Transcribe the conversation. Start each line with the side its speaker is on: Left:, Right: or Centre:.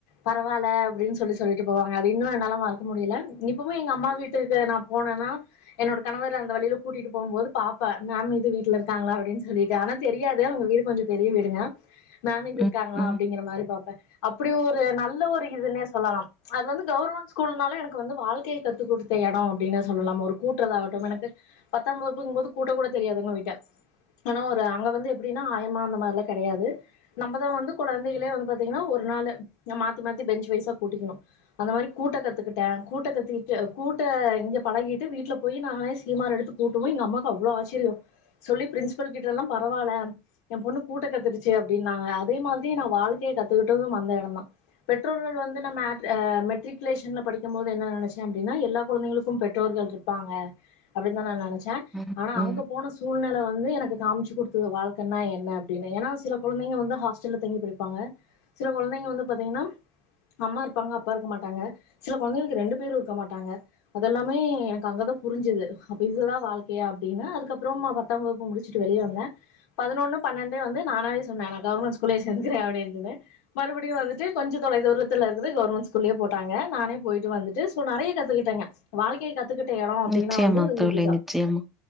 Left: பரவால்ல அப்டின்னு சொல்லி சொல்லிட்டு போவாங்க அது இன்னு என்னால மறக்க முடியல இப்பமே எங்க அம்மா வீட்டுக்கு நா போனனா என்னோட கணவர் அந்த வழியில கூட்டிட்டு போகும்போது பாப்பே மேம் இது வீட்ல இருக்காங்களா அப்டின்னு சொல்லிட்டு ஆனா தெரியாது அவுங்க வீடு கொஞ்சோ பெரிய வீடுங்க மேம் இது
Centre: ம்,
Left: இருக்காங்களா
Centre: ம்,
Left: அப்டிங்கிற மாரி பாப்பே அப்டி ஒரு நல்ல ஒரு இதுன்னே சொல்லலாம் அது வந்து கவர்மெண்ட் ஸ்கூல்னாலு எனக்கு வந்து வாழ்க்கைய கத்துக் குடுத்த எடம் அப்டின்னா சொல்லலாம் ஒரு கூட்றதாகட்டும் எனக்கு பத்தாம் வகுப்புங்கும்போது கூட்ட கூட தெரியாதுங்க வீட்ட ஆனா ஒரு அங்க வந்து எப்டின்னா ஆயம்மா அந்த மாரி எல்லா கெடையாது நம்பதா வந்து கெழந்தைகளே வந்து பாத்தீங்கன்னா ஒரு நாளு மாத்தி மாத்தி பெஞ்ச் வய்ஸா கூட்டிக்கணு அந்த மாரி கூட்ட கத்துக்கிட்டே கூட்ட கத்துக்கிட்டு கூட்ட இங்கே பழகிட்டு வீட்ல போயி நானே சீமார் எடுத்து கூட்டவு எங்க அம்மாவுக்கு அவ்ளோ ஆச்சரியோ சொல்லி பிரின்சிபல் கிட்ட எல்லா பரவால்ல எ பொண்ணு கூட்ட கத்துருச்சு அப்டின்னாங்க அதோ மாதிரி நா வாழ்க்கைய கத்துக்கிட்டதும் அந்த எடந்தா பெற்றோர்கள் வந்து நம்ம ஆ மெட்ரிகுலேஷன்ல படிக்கும் போது என்ன நெனைச்சே அப்டின்னா எல்லா கொழந்தைகளுக்கு பெற்றோர்கள் இரு ப்பாங்க அப்டின்னுதா நா நெனைச்சே
Centre: ம்,
Left: ஆனா அங்க
Centre: ம்.
Left: போன சூழ்நெல வந்து எனக் கு காமிச்சு குடுத்துது வாழ்க்கைன்னா என்ன அப்டின்னு ஏன்னா சில கொழந்தைங்க வந்து ஹாஸ்ட்டல்லா தங்கி படிப்பாங்க சில கொழந்தைங்க வந்து பாத்தீங்கனா அம்மா இருப்பாங்க அப்பா இருக்க மாட்டாங்க சில கொழந்தைகளுக்கு ரெண்டு பேரு இருக்க மாட்டாங்க அதெல்லாமே எனக்கு அங்கதா புரிஞ்சுது அப்ப இதுதா வாழ்க்கையா அப்டின்னு அதுக்கப்றோ நா பத்தாம் வகுப்பு முடிச்சு வுட்டு வெளிய வந்த பதினொன்னு பன்னெண்டு வந்து நானாவே சொன்ன நா கவர்மெண்ட் ஸ்கூல்லயே சேந்துக்குறே அப்டின் சொன்ன மறுபடியு வந்துட்டு கொஞ்ச தொலைதூரத்துலருந்து கவர்மெண்ட் ஸ்கூல்லயே போட்டாங்க நானே போயிட்டு வந்துட்டு சொ நெறைய கத்துக்கிட்டங்க வாழ்க்கைய கத்துக்கிட்ட எடோ அப்டின்னா
Centre: நிச்சயமா
Left: வந்து
Centre: தோழி,
Left: இதுதா
Centre: நிச்சயமா.